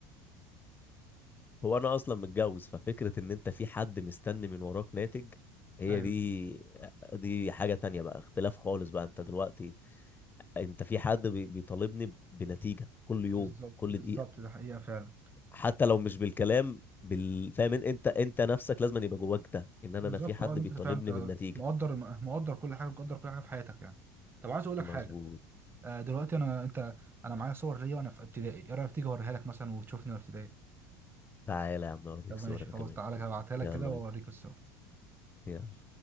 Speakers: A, on the left (about 20°); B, on the right (about 25°).
A: هو انا اصلا متجوز ففكره ان انت في حد مستني من وراك ناتج هي
B: ايوه
A: دي دي حاجه تانية بقى اختلاف خالص بقى انت دلوقتي انت في حد بي- بيطالبني بنتيجه كل يوم
B: بالظبط
A: كل
B: بالظبط
A: دقيقه
B: ده حقيقة فعلا
A: حتى لو مش بالكلام بال... فاهم انت انت نفسك لازم يبقى جواك ده ان انا
B: بالظبط
A: انا في حد
B: اه اللي
A: بيطالبني
B: انت فعلا انت
A: بالنتيجه
B: مقدر مقدر كل حاجه مقدر كل حاجه في حياتك يعني طب عايز اقول لك
A: مظبوط
B: حاجه آه، دلوقتي انا انت انا معايا صور ليا وانا في ابتدائي ايه رايك تيجي اوريها لك مثلا وتشوفني وانا في ابتدائي
A: تعالى يا عم اوريك
B: طب ماشي
A: صور انا
B: خلاص
A: كمان
B: تعالى هبعتها لك
A: يلا
B: كده واوريك
A: بينا
B: الصور
A: يلا